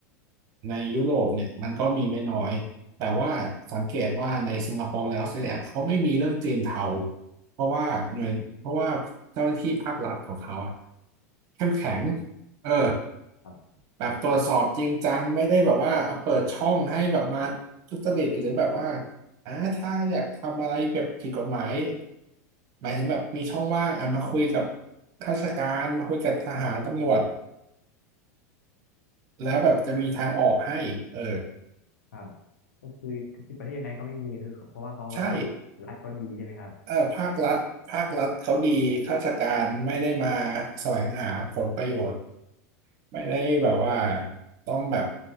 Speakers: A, on the right (about 45°); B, on the left (about 85°).
A: ในยุโรปเนี่ยมันก็มีไม่น้อยแต่ว่าสังเกตว่าในสิงคโปร์ในออสเตรเลียเขาไม่มีเรื่องจีนเทาเพราะว่าหน่วยเพราะว่าเจ้าหน้าที่ภาครัฐของเขาอะเข้มแข็งเออ
B: ครับ
A: แบบตรวจสอบจริงจังไม่ได้แบบว่าเอาเปิดช่องให้แบบมาทุจริตหรือแบบว่าอ่าถ้าอยากทำอะไรแบบผิดกฎหมายหมายถึงแบบมีช่องว่างอ่ะมาคุยกับข้าราชการมาคุยกับทหารตำรวจแล้วแบบจะมีทางออกให้เออ
B: ครับก็คือที่ประเทศนั้นเขาไม่มีคือเพราะว่าเขาแบบว่า
A: ใช่
B: รัฐเขาดีใช่ไหมครับ
A: เออภาครัฐภาครัฐเขาดีข้าราชการไม่ได้มาแสวงหาผลประโยชน์ ไม่ได้แบบว่าต้องแบบ